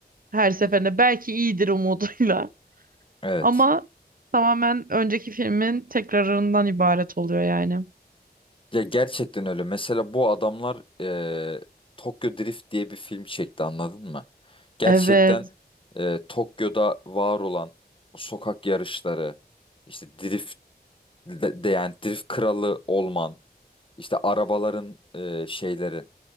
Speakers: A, on the right; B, on the left.
A: her seferinde.
B: Hı hı.
A: Belki iyidir umuduyla <laughs>
B: evet.
A: ama tamamen önceki filmin tekrarından ibaret oluyor yani.
B: Ya gerçekten öyle. Mesela bu adamlar e, Tokyo Drift diye bir film çekti anladın mı? Gerçekten
A: Evet,
B: e, Tokyo'da var olan o sokak yarışları, işte drift de, de- yani drift kralı olman. İşte arabaların e, şeyleri